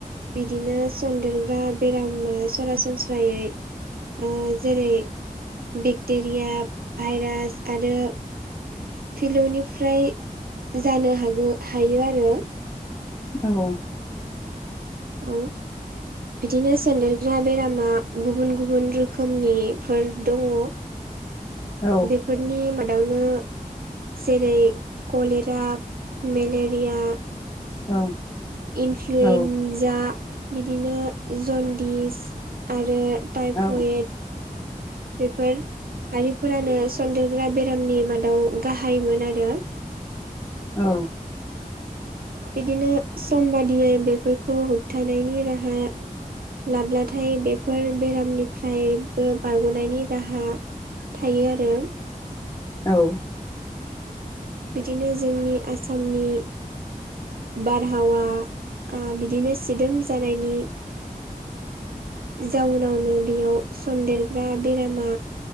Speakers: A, on the right (about 85°); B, on the left (about 25°).
A: बिदिनो सन्देरग्रा बेरामा सरासनस्रायै ओ जेरै बेक्टेरिया भाइरास आरो फिलौनिफ्राय जानो हागौ हायो आरो।
B: औ
A: औ बिदिनो सोनदेरग्रा बेरामा गुबुन गुबुन रोखोमनिफोर दङ।
B: औ
A: बेफोरनि मादावनो जेरै कलेरा मेलेरिया
B: औ
A: इनफ्लुइनजा
B: औ
A: बिदिनो जन्दिस आरो टाइफएट
B: औ
A: बेफोर आरिफोरानो सन्देरग्रा बेरामनि मादाव गाहायोमोन आरो।
B: औ
A: बिदिनो सम बादियै बेफोरखौ होबथानायनि राहा लाब्लाथाय बेफोर बेरामनि फ्रायबो बारग'नायनि राहा थायो आरो।
B: औ
A: बिदिनो जोंनि आसामनि बारहावा बिदिनो आ सिदोम जानायनि जाउनावनो बेयाव सन्देरग्रा बेरामा